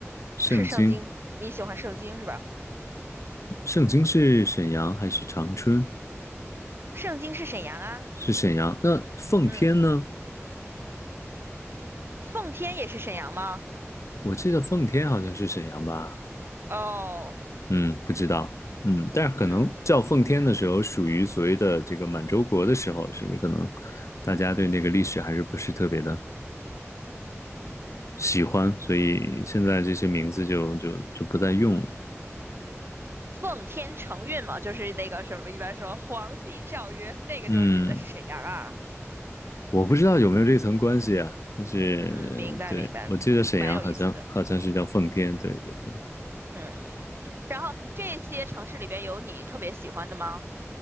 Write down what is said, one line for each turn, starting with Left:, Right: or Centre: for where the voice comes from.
Left: 圣经。
Right: 是圣经，你喜欢圣经是吧？
Left: 盛京是沈阳还是长春？
Right: 圣经是沈阳啊，
Left: 是沈阳。那奉天呢？
Right: 嗯。奉天也是沈阳吗？
Left: 我记得奉天好像是沈阳吧？
Right: 哦，
Left: 嗯，不知道。嗯，但是可能叫奉天的时候，
Right: 嗯，
Left: 属于所谓的这个满洲国的时候，是不是可能大家对那个历史还是不是特别的喜欢，所以现在这些名字就就就不再用了。
Right: 奉天承运嘛，就是那个什么，一般说皇帝诏曰，那个就是指的是沈阳啊。
Left: 嗯，我不知道有没有这层关系啊，但是对，
Right: 嗯，明白明白，
Left: 我记得沈阳好像好像是叫奉天，
Right: 蛮有意思的。
Left: 对对对。
Right: 嗯，然后这些城市里边有你特别喜欢的吗？